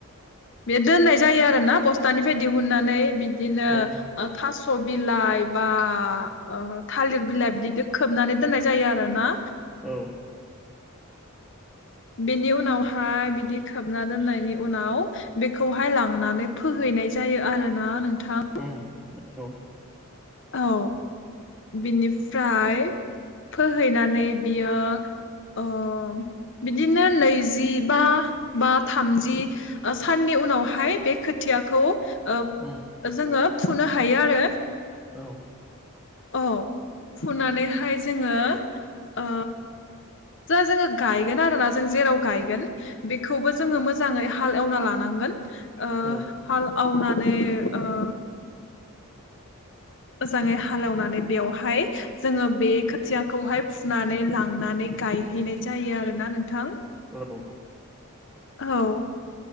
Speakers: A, on the left; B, in the centre.
A: बे दोननाय जायो आरोना बस्थानिफ्राय दिहुननानै बि बिदिनो
B: औ
A: ओ थास' बिलाइ बा ओ थालिर बिलाइ बिदि खोबनानै दोननाय जायो आरो ना।
B: औ
A: बेनि उनावहाय बिदि खोबना दोननायनि उनाव बेखौहाय लांनानै फोहैनाय जायो आरोना नोंथां
B: उम औ
A: औ बिनिफ्राय फोहैनानै बियो अ बिदिनो नैजि बा बा थामजि ओ साननि उनावहाय बे खोथियाखौ ओ
B: उम
A: ओ जोङो फुनो हायो आरो।
B: औ
A: औ फुनानैहाय जोङो ओ। जा जोङो गायगोन आरोना जों जेराव गायगोन बे खौबो जोङो मोजाङै हाल एवना लानांगोन ओ
B: औ
A: हाल एवनानै ओ मोजाङै हालेवनानै बेवहाय जोङो बे खोथियाखौहाय फुनानै लांनानै गायहैनाय जायो आरोना नोंथां।
B: औ
A: औ